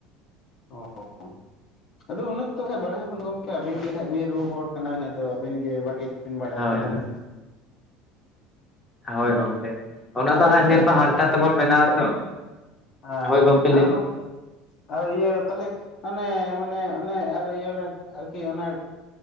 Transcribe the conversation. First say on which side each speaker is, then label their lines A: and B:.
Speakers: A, on the left; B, on the left.
A: ᱚ ᱚ ᱟᱫᱚ ᱩᱱᱟᱹᱜ ᱛᱚ ᱦᱟᱸ ᱵᱟᱲᱟᱭ ᱵᱟᱹᱱᱩᱜ ᱜᱚᱢᱠᱮ ᱟᱹᱵᱤᱱ ᱜᱮ ᱦᱟᱸᱜ ᱵᱤᱱ ᱨᱩ ᱦᱚᱲ ᱠᱟᱱᱟ ᱩᱱᱚᱜ ᱫᱚ ᱟᱹᱵᱤᱱ ᱜᱮ ᱵᱷᱟᱹᱜᱤ ᱵᱤᱱ ᱵᱟᱲᱟᱭ
B: ᱦᱳᱭ
A: ᱛᱟᱵᱚᱱᱟ᱾
B: ᱦᱳᱭ ᱦᱳᱭ ᱜᱚᱢᱠᱮ ᱚᱱᱟ
A: ᱟᱨ
B: ᱫᱚ ᱦᱟᱸᱜ
A: ᱜᱚᱝᱠᱮ
B: ᱧᱮᱞ ᱢᱟ ᱦᱟᱨᱛᱟ ᱛᱮᱵᱚᱱ ᱵᱮᱱᱟᱣᱟ ᱛᱚ᱾
A: ᱦᱟᱸ
B: ᱦᱳᱭ ᱜᱚᱝᱠᱮ ᱞᱟᱹᱭ
A: ᱟᱨ
B: ᱵᱤᱱ
A: ᱜᱚᱢᱠᱮ ᱟᱨ ᱤᱭᱟᱹ ᱛᱟᱦᱚᱞᱮ ᱚᱱᱮ ᱢᱟᱱᱮ ᱚᱱᱮ ᱟᱨ ᱤᱭᱟᱹ ᱟᱨᱠᱤ ᱚᱱᱟ